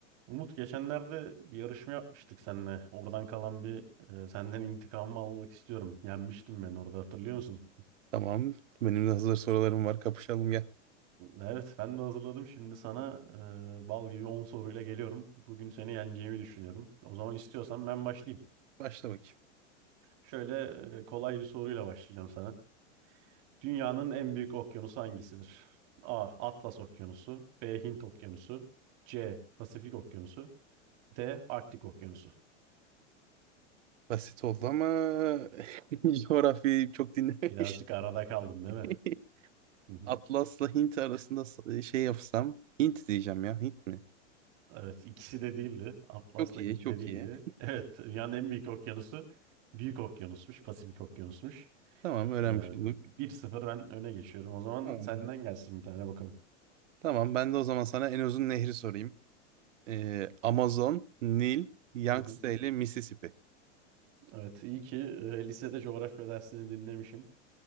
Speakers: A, on the right (about 50°); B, on the right (about 85°).
A: Umut geçenlerde bir yarışma yapmıştık seninle. Oradan kalan bir e, senden intikamımı almak istiyorum. Yenmiştim ben orada hatırlıyor musun?
B: Tamam. Benim de hazır sorularım var. Kapışalım gel.
A: Evet ben de hazırladım. Şimdi sana e, bal gibi 10 soruyla geliyorum. Bugün seni yeneceğimi düşünüyorum. O zaman istiyorsan ben başlayayım.
B: Başla bakayım.
A: Şöyle e, kolay bir soruyla başlayacağım sana. Dünyanın en büyük okyanusu hangisidir? A. Atlas Okyanusu B. Hint Okyanusu C. Pasifik Okyanusu D. Arktik Okyanusu.
B: Basit oldu ama <laughs> coğrafyayı çok dinlememiş.
A: Birazcık arada kaldın değil
B: <laughs>
A: mi? <laughs>
B: Atlas'la Hint arasında s- e, şey yapsam. Hint diyeceğim ya. Hint mi?
A: Evet, ikisi de değildi. Atlas
B: Çok
A: da
B: iyi,
A: Hint
B: çok
A: de değildi.
B: iyi.
A: Evet, dünyanın en büyük okyanusu Büyük Okyanusmuş, Pasifik Okyanusmuş.
B: <laughs> Tamam, öğrenmiş
A: Ee,
B: olduk.
A: 1-0 ben öne geçiyorum. O zaman
B: Tamam.
A: senden gelsin bir tane bakalım.
B: Tamam, ben de o zaman sana en uzun nehri sorayım. Ee, Amazon, Nil, Yangtze
A: Hı hı.
B: ile Mississippi.
A: Evet, iyi ki e, lisede coğrafya dersini dinlemişim.